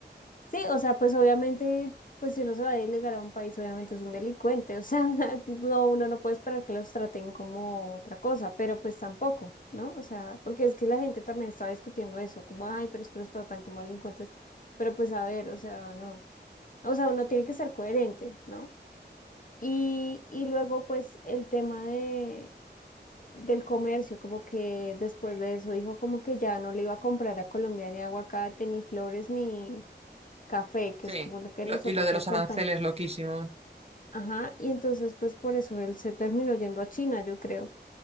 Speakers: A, on the left; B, on the right.
A: sí, o sea, pues obviamente, pues si uno se va a delegar a un país, obviamente es un delincuente, o sea, <laughs> no, uno no puede esperar que los traten como otra cosa, pero pues tampoco, ¿no? O sea, porque es que la gente también estaba discutiendo eso, como, ay, pero es que los tratan como delincuentes, pero pues a ver, o sea, no, o sea, uno tiene que ser coherente, ¿no? Y, y luego pues el tema de, del comercio, como que después de eso dijo como que ya no le iba a comprar a Colombia ni aguacate, ni flores, ni café, que
B: sí.
A: es como lo que
B: Y
A: nosotros
B: lo, y lo de
A: exportamos.
B: los aranceles, loquísimo.
A: Ajá, y entonces pues por eso él se terminó yendo a China, yo creo.